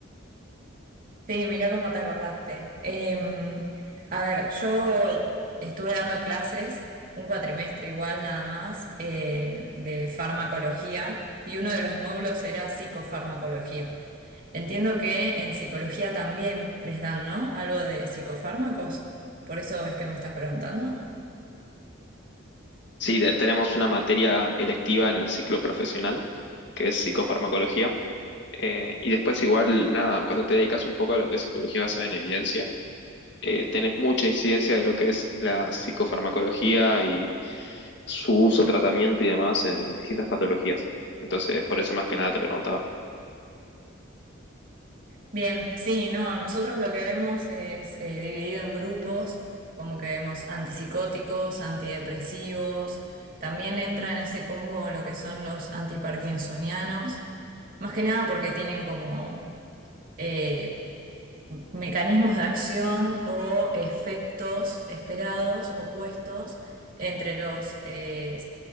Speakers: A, on the right (about 45°); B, on the left (about 55°).
A: Sí, mira cómo te acordaste. Em, a ver, yo estuve dando clases, un cuatrimestre igual nada más, em, de farmacología, y uno de los módulos era psicofarmacología. Entiendo que en psicología también les dan, ¿no? Algo de psicofármacos, por eso es que me estás preguntando.
B: Sí, de- tenemos una materia electiva en el ciclo profesional, que es psicofarmacología. Eh, y después igual, nada, cuando te dedicas un poco a lo que es psicología basada en evidencia, eh, tenés mucha incidencia de lo que es la psicofarmacología y su uso, tratamiento y demás en distintas patologías. Entonces, por eso más que nada te preguntaba.
A: Bien, sí, no, nosotros lo que vemos es eh, dividido en grupos, como que vemos antipsicóticos, antidepresivos, también entra en ese combo lo que son los antiparkinsonianos, más que nada porque tienen como eh, mecanismos de acción o efectos esperados opuestos entre los eh,